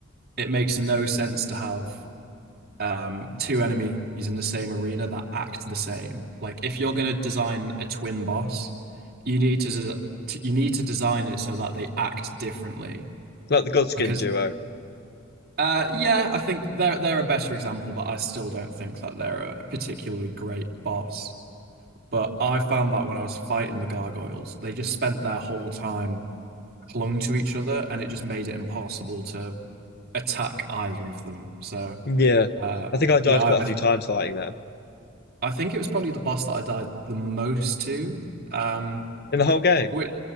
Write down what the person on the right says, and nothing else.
it makes no sense to have. um, two enemies in the same arena that act the same. Like if you're gonna design a twin boss, you need to des- you need to design it so that they act differently.
Because
uh, yeah, I think they're they're a better example, but I still don't think that they're a particularly great boss. But I found that when I was fighting the gargoyles, they just spent their whole time clung to each other, and it just made it impossible to attack either of them. So
uh,
yeah,
I,
I think it was probably the boss that I died the most to. Um,
which,